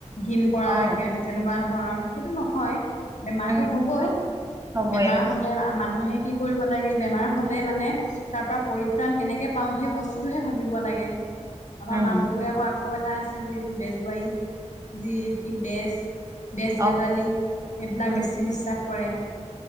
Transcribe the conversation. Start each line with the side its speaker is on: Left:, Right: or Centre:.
Left: ঘিণ কৰা
Right: অ
Left: কিয়নো তেনেকুৱা ধৰণৰ সেইটো নহয়, বেমাৰটো
Right: উম
Left: হ'বই
Right: হবয়ে
Left: বেমাৰ হ'লে আ মানুহে কি কৰিব লাগে? বেমাৰ হলে মানে তাৰ পৰা পৰিত্ৰাণ কেনেকে পাওঁ সেই বস্তুটোহে ভাবিব লাগে। আমাৰ
Right: উম
Left: মানুহবোৰে আকৌ আকৌ এটা আছে যি বেজুৱাৰী, যি কি বেজ বেজ -
Right: অ
Left: বেজালি সেইবিলাক
Right: উম
Left: বেছি বিশ্বাস কৰে,